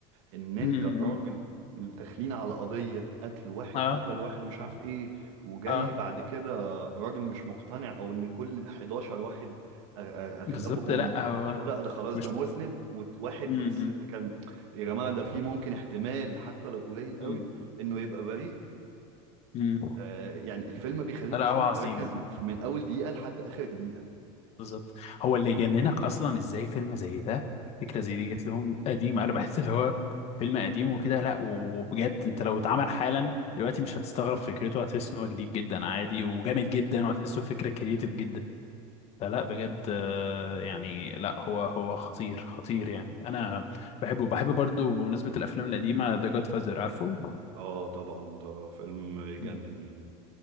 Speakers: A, on the right; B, on the left.
A: ان انت
B: مم. مم.
A: راجل داخلين على قضية قتل واحد
B: اه
A: قتل واحد ومش عارف ايه وجاي
B: اه
A: بعد كده راجل مش مقتنع او ان كل 11 واحد أغ- أغ- اغلبهم
B: بالظبط لا هو
A: قالوا لا ده خلاص
B: مش
A: ده مذنب وواحد
B: مم.
A: بس اللي كان يا جماعة ده في ممكن احتمال حتى لو قليل قوي
B: مم.
A: انه يبقى بريء
B: مم.
A: آه يعني الفيلم بيخليك
B: لا
A: اصلا
B: هو عظيم
A: تركز من اول دقيقة لحد اخر دقيقة
B: بالظبط هو اللي يجننك اصلا ازاي فيلم زي ده فكره زي دي جت لهم قديم انا بحس اللي هو فيلم قديم وكده لا وبجد انت لو اتعمل حالا دلوقتي مش هتستغرب فكرته هتحس ان هو جديد جدا عادي وجامد جدا وهتحسه فكره كريتيف جدا فلا بجد آه، يعني لا هو هو خطير خطير يعني انا بحبه بحب برضو بمناسبة الافلام القديمة ذا جاد فازر عارفه
A: اه طبعا ده فيلم يجنن
B: مم.
A: يعني